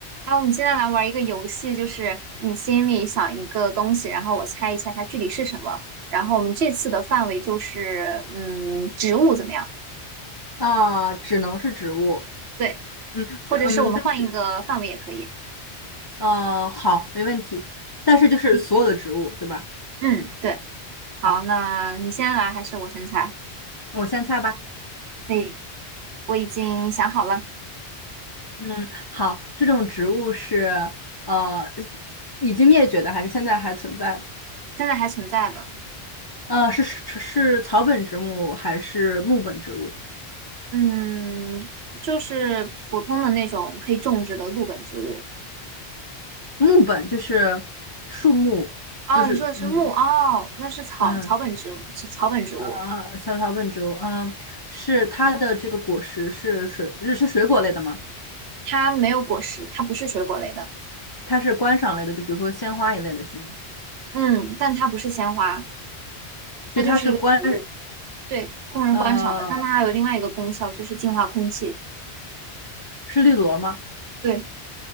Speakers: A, on the right (about 75°); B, on the left (about 30°).
A: 那我们现在来玩一个游戏，就是你心里想一个东西，然后我猜一下它具体是什么。然后我们这次的范围就是，嗯，植物怎么样？
B: 啊，只能是植物。
A: 对，
B: 嗯嗯，
A: 或者是我们换一个范围也可以。
B: 但是呃，好，没问题。但是就是所有的植物，
A: 你
B: 对吧？
A: 嗯，
B: 嗯，
A: 对，好，
B: 好，
A: 那你先来还是我先猜？
B: 我先猜吧。
A: 可以，我已经想好了，
B: 嗯，好，这种植物是呃已经灭绝的，还是现在还存在的？
A: 现在还存在的。
B: 呃，是是是草本植物还是木本植物？
A: 嗯，就是普通的那种可以种植的陆本植物。
B: 木本就是树木，
A: 哦，
B: 就是嗯
A: 你说的是木，哦，那是草草本植物，
B: 嗯
A: 是草本植物。
B: 呃，小草本植物，嗯，是它的这个果实是水，是水果类的吗？
A: 它没有果实，它不是水果类的，
B: 它是观赏类的，就比如说鲜花一类的，是吗？
A: 嗯，但它不是鲜花，它就是一个植物，
B: 就它是观，
A: 对，供人观赏的。
B: 呃，
A: 但它还有另外一个功效，就是净化空气。
B: 是绿萝吗？
A: 对，